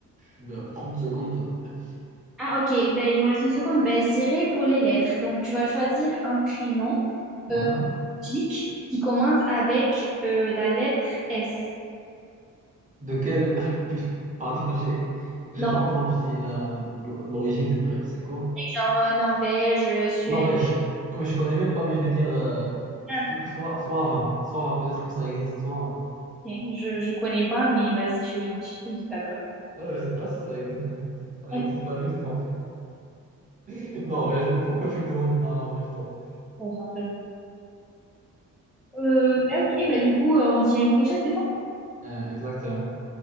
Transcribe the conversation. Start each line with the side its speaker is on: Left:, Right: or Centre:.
Right: vers 30 secondes à peu près.
Centre: Ah, ok. Ben, il nous reste une seconde. Ben, je dirais pour les lettres. Donc, tu vas choisir un prénom.
Right: Uhum.
Centre: euh, nordiques qui commencent avec euh, la lettre S.
Right: De quel... <laughs> Putain, Pardon, j'ai j'ai
Centre: Donc,
Right: pas entendu la l'origine du prénom. C'est quoi?
Centre: genre euh, Norvège, euh, Suède.
Right: Norvège. Non, mais je connais même pas, mais je vais dire euh,
Centre: Ah,
Right: so- Soi- Soava. Soava, peut-être que ça existe, Soava.
Centre: ok, Je, je connais pas, mais vas-y, je suis gentille, je te dis d'accord.
Right: Non, je sais pas si ça existe. <laughs> Ça
Centre: Ok,
Right: n'existe pas, justement. <laughs> Norvège, mais pourquoi tu me demandes de la Norvège, toi?
Centre: j'en sais Euh, bah, ok, bah du coup, euh, on se dit à une prochaine, c'est ça?
Right: Euh, exactement.